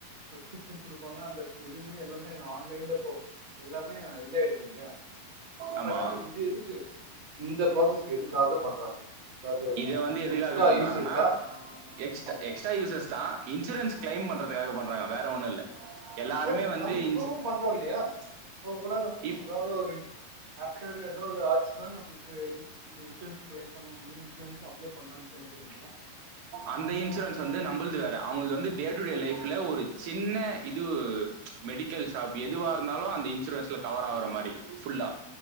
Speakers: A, on the right; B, on the right.
A: பிரஸ்கிரிப்ஷன் கொடுப்பாங்க அந்த எதுவுமே எல்லாமே ஆன்லைன்ல இப்போ எல்லாமே இதாயிடுது இல்லையா
B: ஆமா
A: பட் ஆனா இது எதுக்கு இந்த ப்ராசஸ் எதுக்காக பண்றாங்க அதாவது
B: இத வந்து எதுக்காக
A: எக்ஸ்ட்ரா
B: பண்றாங்கன்னா
A: யூஸ் இருக்கா
B: எக்ஸ்
A: ஓகே
B: எக்ஸ்ட்ரா யூசஸ் தா இன்சூரன்ஸ் கிளைம் பண்றது வேலை பண்றாங்க வேற ஒண்ணு இல்ல எல்லாருமே
A: பட்
B: வந்து
A: நம்ம இப்பவு
B: இன்சு
A: பண்றோ இல்லையா இப்ப கூட
B: இப்
A: ஏதாவது ஒரு ஆ ஏதாவது ஆச்சுன்னா நம்ம இ இன்சூரன்ஸ் கிளைம் பண்ண முடியு <unintelligible> அப்ளை பண்றாங்க சில பேரு இல்லையா
B: அந்த இன்சூரன்ஸ் வந்து நம்மளுது வேற அவங்கது வந்து டே டு டே லைஃப்பில் ஒரு சின்ன இது மெடிக்கல் ஷாப் எதுவாக இருந்தாலு அந்த இன்சூரன்ஸில் கவர் ஆகிற மாரி ஃபுல்லா